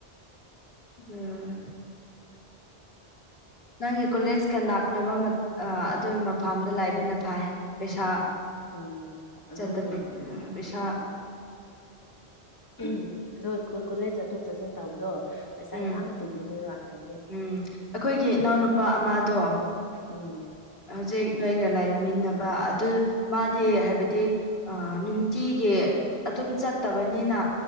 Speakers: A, on the left (about 65°); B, on the left (about 20°).
A: ꯎꯝ ꯅꯪꯒꯤ ꯀꯣꯂꯦꯖꯀ ꯅꯅꯥꯛꯅꯕ ꯑꯗꯨꯒꯤ ꯃꯐꯝꯥꯝꯗ ꯂꯥꯏꯕꯅ ꯐꯥꯏ ꯄꯩꯁꯥ
B: ꯎꯝ ꯑꯗꯨꯅꯦ
A: ꯆꯠꯇꯕꯤ ꯄꯁꯥ
B: ꯎꯝ ꯑꯣꯏ ꯀꯣꯂꯦꯖ ꯆꯠꯊꯣꯛ ꯆꯠꯁꯤꯟ ꯇꯧꯕꯗꯣ ꯄꯩꯁꯥ
A: ꯎꯝ
B: ꯌꯥꯝ ꯇꯤꯒꯅꯦꯕ ꯍꯥꯏꯕ
A: ꯎꯝ ꯑꯩꯈꯣꯏꯒꯤ ꯏꯅꯥꯎꯅꯨꯄꯥ ꯑꯃꯗꯣ
B: ꯎꯝ
A: ꯖꯦꯛ ꯅꯣꯏꯒ ꯂꯥꯏꯃꯤꯟꯅꯕ ꯑꯗꯨ ꯃꯥꯗꯤ ꯍꯥꯏꯕꯗꯤ ꯅꯨꯡꯇꯤꯒꯤ ꯑꯗꯨꯝ ꯆꯠꯇꯕꯅꯤꯅ